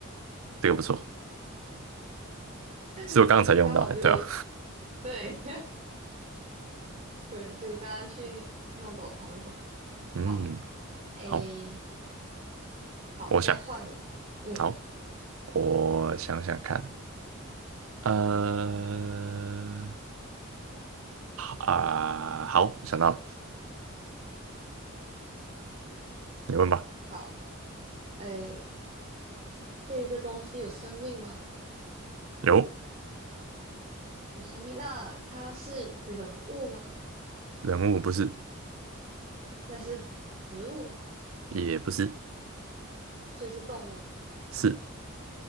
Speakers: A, on the right (about 75°); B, on the right (about 40°).
A: 这个不错，
B: <laughs>
A: 是我刚才用到的，
B: 刚好就是
A: 对啊，
B: 对 <laughs> 对，就刚刚去弄早餐的时候，
A: <laughs> 嗯，
B: 好，诶，
A: 好，
B: 好，
A: 我想，
B: 现在换你，嗯，
A: 好，我想想看，呃，啊，好，想到了，你问吧。
B: 好，诶，这一个东西有生命吗？
A: 有
B: 有生命，那它是人物吗？
A: 人物不是，
B: 那是植物吗？
A: 也不是，
B: 所以是动物。
A: 是